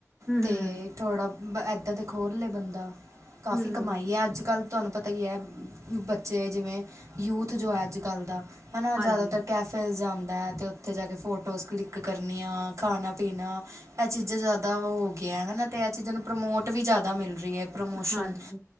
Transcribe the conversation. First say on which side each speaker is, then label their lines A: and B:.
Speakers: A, on the right; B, on the right.
A: ਹੂੰ,
B: ਤੇ ਥੋੜ੍ਹਾ ਬ ਇੱਦਾਂ ਦੇ ਖੋਲ੍ਹ ਲਏ ਬੰਦਾ ਕਾਫੀ
A: ਹੂੰ,
B: ਕਮਾਈ ਐ ਅੱਜ ਕੱਲ੍ਹ। ਤੁਹਾਨੂੰ ਪਤਾ ਈ ਐ ਬੱਚੇ ਜਿਵੇਂ ਯੂਥ ਜੋ ਐ ਅੱਜ ਕੱਲ੍ਹ ਦਾ ਹਨਾ
A: ਹਾਂਜੀ-ਹਾਂਜੀ
B: ਜ਼ਿਆਦਾਤਰ ਕੈਫੇਜ਼ ਜਾਂਦਾ ਤੇ ਉੱਥੇ ਜਾ ਕੇ ਫੋਟੋਸ ਕਲਿੱਕ ਕਰਨੀਆਂ ਖਾਣਾ ਪੀਣਾ ਐ ਚੀਜ਼ਾਂ ਜ਼ਿਆਦਾ ਓ ਗਈਆਂ ਹਨਾ ਤੇ ਇਹ ਚੀਜ਼ਾਂ ਨੂੰ ਪ੍ਰਮੋਟ ਵੀ ਜ਼ਿਆਦਾ ਮਿਲ ਰੀ ਐ। ਪ੍ਰਮੋਸ਼ਨ
A: ਹਾਂਜੀ।